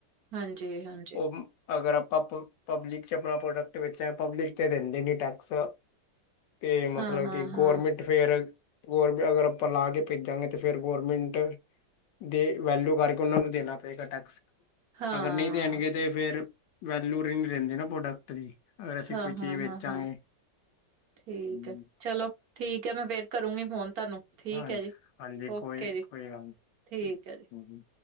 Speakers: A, on the right; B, on the left.
A: ਹਾਂਜੀ, ਹਾਂਜੀ
B: ਔ ਅਗਰ ਆਪਾਂ ਪ ਪਬਲਿਕ 'ਚ ਆਪਣਾ ਪ੍ਰੋਡਕਟ ਵੇਚਾਂ, ਪਬਲਿਕ ਤੇ ਦੇਂਦੀ ਨੀ ਟੈਕਸ। ਤੇ ਮਤਲਬ
A: ਹਾਂ, ਹਾਂ,
B: ਕਿ ਗੌਰਮਿੰਟ
A: ਹਾਂ।
B: ਤੇ ਫੇਰ ਗੌਰਮ ਅਗਰ ਆਪਾਂ ਲਾ ਕੇ ਭੇਜਾਂਗੇ ਤੇ ਫੇਰ ਗੌਰਮੇਂਟ ਦੇ ਵੈਲਯੁ ਕਰਕੇ ਔਨਾਂ ਨੂੰ ਦੇਣਾ ਪਏਗਾ ਟੈਕਸ।
A: ਹਾਂ,
B: ਅਗਰ ਨਈ ਦੇਣਗੇ ਤੇ ਫੇਰ ਵੈਲਯੁ ਰਿੰਗ ਰਹਿੰਦੇ ਨਾ ਪ੍ਰੋਡਕਟ ਦੀ। ਅਗਰ ਅਸੀ
A: ਹਾਂ,
B: ਕੋਈ ਚੀਜ਼
A: ਹਾਂ,
B: ਵੇਚਾਂਗੇ,
A: ਹਾਂ, ਹਾਂ ਠੀਕ
B: ਹੂੰ
A: ਹੈ ਚਲੋ, ਠੀਕ ਐ ਮੈਂ ਫੇਰ ਕਰੂੰਗੀ ਫੋਨ ਤਾਨੂੰ। ਠੀਕ
B: ਹਾਂਜੀ
A: ਐ ਜੀ।
B: ਹਾਂਜੀ ਕੋਈ
A: ਔਕੇ ਜੀ।
B: ਕੋਈ ਗੱਲ ਨੀ
A: ਠੀਕ ਐ ਜੀ।
B: ਹਾਂਜੀ